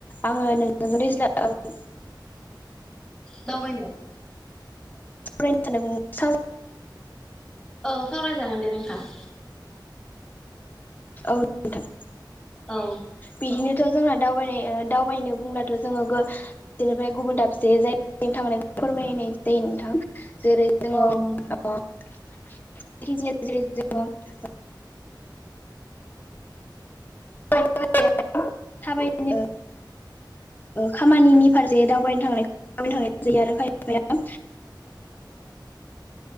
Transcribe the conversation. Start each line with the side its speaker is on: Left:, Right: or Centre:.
Left: आङो नों <unintelligible> औ सावरायनो सानदोंमोन
Centre: दावबायनाय
Left: सावराय जागोनना नोंथां
Centre: औ सावरायजागोन दे नोंथां
Left: औ दे नोंथां
Centre: औ
Left: बिदिनोथ' जोंना दावबायनाय दावबायनो बुंब्लाथ' जोङो बिनिफ्राय गुबुन दाबसे जायगायाव थांनानै फोरमायनाय जायो नोंथां जेरै जोङो
Centre: औ नंगौ
Left: <unintelligible> <unintelligible> थाबायनो खामानिनि फारसे दावबायनो थां थां जायो आरो खायफाया